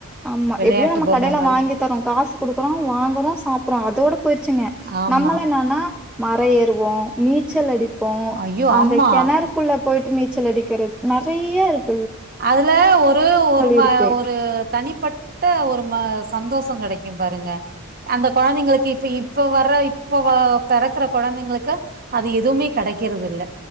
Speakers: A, in the centre; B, on the right.
A: ஆமா
B: விளையாட்டு
A: எப்படியும் நம்ம
B: பொம்ம
A: கடையில
B: மாரி
A: வாங்கி தரோம் காசு குடுக்குறோம் வாங்குறோம் சாப்பிறோம் அதோட போயிடுச்சுங்க
B: ஆமா
A: நம்மளா என்னன்னா. மரம் ஏறுவோம். நீச்சல் அடிப்போ
B: ஐயோ
A: அந்த
B: ஆமா
A: கெணறுக்குள்ள போய் நீச்சல் அடிக்கிறது நெறியருக்
B: அதுல ஒரு ஒரு மா
A: இருக்கு
B: ஒரு தனி. ப்பட்ட ஒரு ம சந்தோஷம் கெடைக்கும் பாருங்க. அந்த கொழந்திங்ளுக்கு இப்ப இப்போ வர. இப்ப வ பெறக்குற கொழந்திங்ளுக்கு அது எதுவுமே கெடைக்கிறது இல்ல.